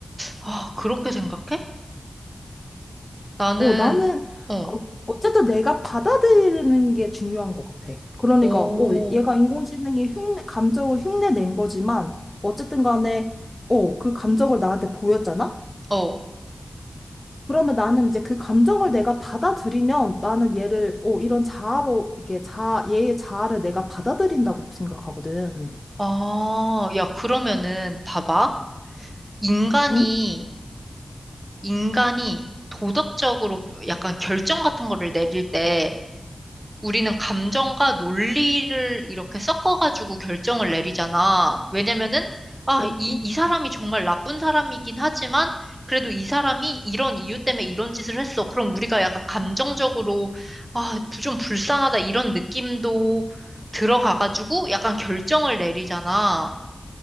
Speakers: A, on the right (about 15°); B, on the left (about 30°).
A: 아, 그렇게 생각해? 나는,
B: 어, 나는
A: 어,
B: 어, 어쨌든 내가 받아들이는 게 중요한 것 같아. 그러니까
A: 오,
B: 어, 얘가 인공지능이 흉내, 감정을 흉내 낸 거지만 어쨌든 간에 어, 그 감정을 나한테 보였잖아?
A: 어.
B: 그러면 나는 이제 그 감정을 내가 받아들이면 나는 얘를 어, 이런 자아로 이게 자 얘의 자아를 내가 받아들인다고 생각하거든.
A: 아, 야, 그러면은, 봐봐. 인간이,
B: 응?
A: 인간이 도덕적으로 약간 결정 같은 거를 내릴 때 우리는 감정과 논리를 이렇게 섞어가지고 결정을 내리잖아. 왜냐면은, 아,
B: 그렇지.
A: 이, 이 사람이 정말 나쁜 사람이긴 하지만 그래도 이 사람이 이런 이유 때문에 이런 짓을 했어. 그럼 우리가 약간 감정적으로, 아, 좀 불쌍하다 이런 느낌도 들어가가지고 약간 결정을 내리잖아.